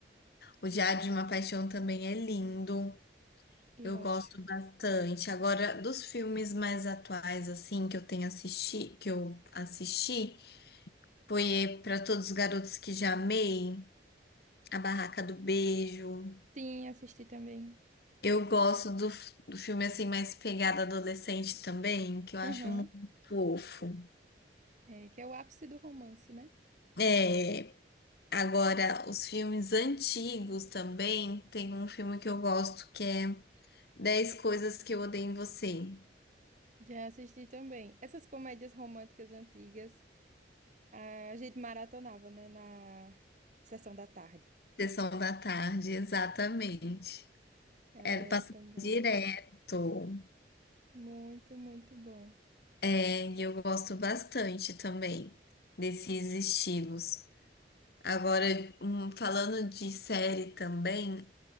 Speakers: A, on the left; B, on the right.
A: O Diário de uma Paixão também é lindo.
B: eu
A: Eu
B: acho.
A: gosto bastante. Agora, dos filmes mais atuais, assim, que eu tenho assisti, que eu assisti, foi Para Todos os Garotos que Já Amei, A Barraca do Beijo.
B: Sim, assisti também.
A: Eu gosto do, f- do filme assim mais pegada adolescente também, que eu acho
B: Aham.
A: muito fofo.
B: É, que é o ápice do romance, né?
A: É, agora os filmes antigos também, tem um filme que eu gosto que é Dez Coisas que eu odeio em você.
B: Já assisti também. Essas comédias românticas antigas, a gente maratonava, né, na sessão da tarde.
A: Sessão da tarde, exatamente.
B: É
A: É, passa
B: tão bom.
A: direto.
B: Muito, muito bom.
A: É, e eu gosto bastante também desses estilos. Agora, hum, falando de série também,